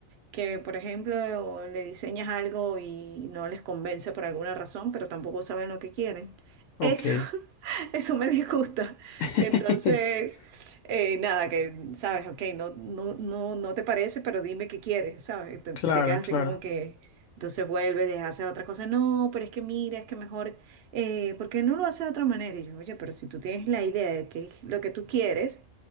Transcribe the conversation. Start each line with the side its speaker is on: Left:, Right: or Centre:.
Right: que, por ejemplo, le diseñas algo y no les convence por alguna razón, pero tampoco saben lo que quieren.
Left: Ok.
Right: Eso, <laughs> eso me disgusta.
Left: <laughs>
Right: Entonces, eh, nada, que, sabes, ok, no, no, no, no te parece, pero dime qué quieres, ¿sabes? Te,
Left: Claro,
Right: te quedas
Left: claro,
Right: así como que... Entonces vuelves, les haces otra cosa. No, pero es que mira, es que mejor eh, ¿por qué no lo hace de otra manera? Y yo, oye, pero si tú tienes la idea de qué es lo que tú quieres,